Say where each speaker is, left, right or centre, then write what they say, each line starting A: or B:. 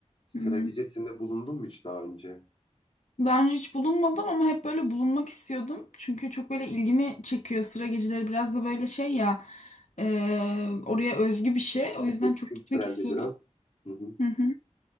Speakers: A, on the left; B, on the left.
A: sıra
B: Hı hı.
A: gecesinde bulundum mu hiç daha önce?
B: Daha önce hiç bulunmadım ama hep böyle bulunmak istiyordum. Çünkü çok böyle ilgimi çekiyor sıra geceleri. Biraz da böyle şey ya e, oraya özgü bir şey. O
A: Evet,
B: yüzden çok
A: kültürelde
B: gitmek istiyordum.
A: biraz. Hı hı.
B: Hı hı.